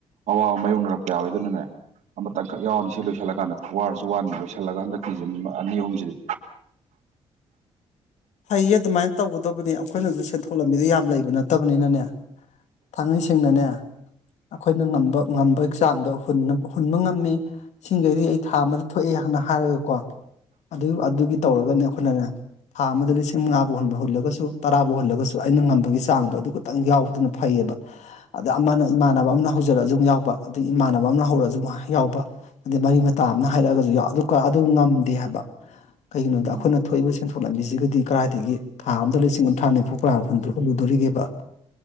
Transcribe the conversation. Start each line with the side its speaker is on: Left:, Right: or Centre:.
Right: ꯑꯋꯥꯕ ꯃꯥꯏꯌꯣꯛꯅꯔꯛ ꯌꯥꯋꯦ ꯑꯗꯨꯅꯅꯦ ꯑꯃ ꯇꯪ ꯈꯛ ꯌꯥꯎꯔꯝꯃꯦ ꯁꯤ ꯂꯣꯏꯁꯤꯜꯂꯀꯥꯟꯗ ꯋꯥꯔꯁꯨ ꯋꯥꯟꯅ ꯂꯣꯏꯁꯤꯜꯂꯒ ꯍꯟꯗꯛꯀꯤꯖꯤꯝ ꯑꯅꯤ ꯑꯍꯨꯝꯁꯤꯗꯤ
Left: ꯐꯩꯌꯦ ꯑꯗꯨꯃꯥꯏꯅ ꯇꯧꯒꯗꯕꯅꯤ ꯑꯩꯈꯣꯏꯅꯁꯨ ꯁꯦꯟꯊꯣꯛ ꯂꯝꯕꯤꯗꯤ ꯌꯥꯝ ꯂꯩꯕ ꯅꯠꯇꯕꯅꯤꯅꯅꯦ ꯊꯥꯡꯉꯩꯁꯦꯡꯅꯅꯦ ꯑꯩꯈꯣꯏꯅ ꯉꯝꯕ ꯉꯝꯕ ꯆꯥꯡꯗ ꯍꯨꯟꯅꯕ ꯍꯨꯟꯕ ꯉꯝꯃꯤ ꯁꯤꯝꯒꯩꯗꯤ ꯑꯩ ꯊꯥ ꯑꯃꯗ ꯊꯣꯛꯑꯦ ꯍꯥꯟꯅ ꯍꯥꯏꯔꯒꯀꯣ ꯑꯗꯨꯝ ꯑꯗꯨꯒꯤ ꯇꯧꯔꯒꯅꯦ ꯑꯩꯈꯣꯏꯅꯅꯦ ꯊꯥ ꯑꯃꯗ ꯂꯤꯁꯤꯡ ꯃꯉꯥꯕꯨ ꯍꯨꯟꯕ ꯍꯨꯜꯂꯒꯁꯨ ꯇꯔꯥꯕꯨ ꯍꯨꯜꯂꯒꯁꯨ ꯑꯩꯅ ꯉꯝꯕꯒꯤ ꯆꯥꯡꯗꯣ ꯑꯗꯨ ꯈꯛꯇꯪ ꯌꯥꯎꯕꯗꯨꯅ ꯐꯜꯂꯦꯕ ꯑꯗ ꯑꯃꯅ ꯏꯃꯥꯟꯅꯕ ꯑꯃꯅ ꯍꯧꯖꯔꯛꯑꯁꯨ ꯑꯗꯨꯝ ꯌꯥꯎꯕ ꯑꯗꯒꯤ ꯏꯃꯥꯟꯅꯕ ꯑꯃꯅ ꯍꯧꯔꯛꯑꯁꯨ ꯑꯗꯨꯝ ꯌꯥꯎꯕ ꯑꯗꯩ ꯃꯔꯤ ꯃꯇꯥ ꯑꯃꯅ ꯍꯥꯏꯔꯛꯑꯒꯁꯨ ꯌꯥꯎ ꯑꯗꯨꯀ ꯑꯗꯨ ꯉꯝꯗꯦ ꯍꯥꯏꯕ ꯀꯩꯒꯤꯅꯣꯗ
Right: ꯎꯝ
Left: ꯑꯩꯈꯣꯏꯅ ꯊꯣꯛꯏꯕ ꯁꯦꯟꯊꯣꯛ ꯂꯝꯕꯤꯁꯤꯒꯗꯤ ꯀꯔꯥꯏꯗꯒꯤ ꯊꯥ ꯑꯃꯗ ꯂꯤꯁꯤꯡ ꯀꯨꯟꯊ꯭ꯔꯥ ꯅꯤꯐꯨ ꯀꯅꯥ ꯍꯨꯟꯗꯣꯏ ꯍꯨꯜꯂꯨꯗꯣꯔꯤꯒꯦꯕ